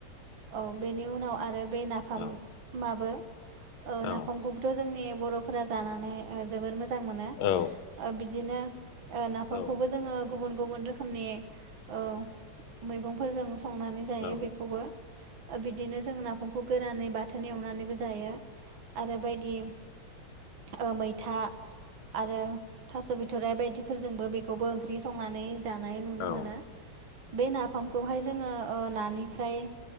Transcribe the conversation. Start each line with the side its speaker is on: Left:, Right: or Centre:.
Right: औ बेनि उनाव आरो बे नाफाममाबो
Left: औ
Right: ओ
Left: औ
Right: नाफामखौबो थ' जोंनि बर'फोरा जानानै ओ जोबोर मोजां मोनो
Left: औ
Right: ओ बिदिनो ओ नाफामखौबो
Left: औ
Right: जोङो गुबुन गुबुन रोखोमनि औ मैगंफोरजों संनानै जायो
Left: औ
Right: बेखौबो। ओ बिदिनो जों नाफामखौ गोरानै बाथोन एवनानैबो जायो आरो बायदि ओ मैथा आरो थास' बिथ'राइ बायदिफोरजोंबो बेखौबो ओंख्रि संनानै जानाय नुनो
Left: औ
Right: मोनो। बे नाफामखौहाय जोङो ओ नानिफ्राय